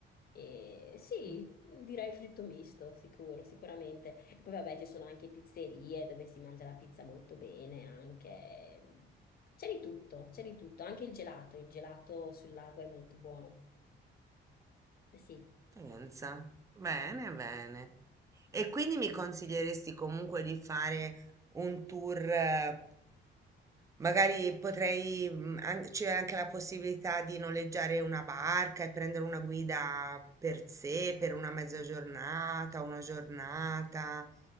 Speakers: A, on the left (about 50°); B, on the right (about 15°).
A: E sì,
B: <laughs>
A: direi fritto misto, sicuro, sicuramente. E poi vabbè, ci sono anche pizzerie dove si mangia la pizza molto bene, anche... C'è di tutto, c'è di tutto, anche il gelato, il gelato sul lago è molto buono. Eh Sì.
B: Pensa. Bene,
A: Eh,
B: bene. E quindi mi consiglieresti comunque di fare un tour, eh, Magari potrei, mm, an- c'è anche la possibilità di noleggiare una barca e prendere una guida per sé, per una mezza giornata, una giornata,